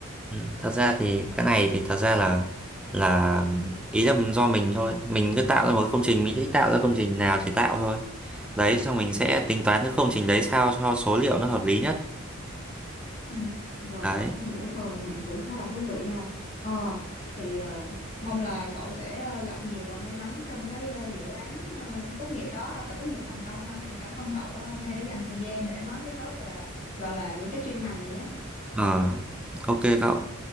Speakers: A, in the centre; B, on the left (about 25°).
A: ừ, thật ra thì cái này thì thật ra là là ý là do mình thôi mình cứ tạo ra một cái công trình mình thích tạo ra công trình nào thì tạo thôi đấy xong mình sẽ tính toán cái công trình đấy sao cho số liệu nó hợp lý nhất
B: Ừ, rồi
A: đấy
B: tôi hiểu rồi ừ, cũng khá là thú vị ha ờ thì ờ, mong là cậu sẽ ờ, gặp nhiều và may mắn trong cái ờ, dự án ờ, tốt nghiệp đó ha, và tốt nghiệp thành công ha thì cảm ơn cậu hôm nay đã dành thời gian để nói với tớ về ờ, gọi là những cái chuyên ngành này nhé
A: ờ ok cậu